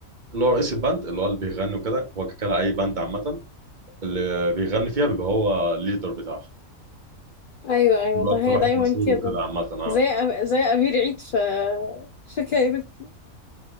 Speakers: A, on the right (about 35°); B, on the left (about 80°).
A: اللي هو رئيس الباند اللي هو اللي بيغني وكده هو كده اي باند عامة اللي بيغني فيها بيبقى هو الليدر بتاعها
B: ايوه ايوه
A: بيبقى
B: والله
A: اكتر
B: هي
A: واحد
B: دايما
A: مشهور
B: كده
A: وكده عامة اه
B: زي أم... زي امير عيد في في كايروكي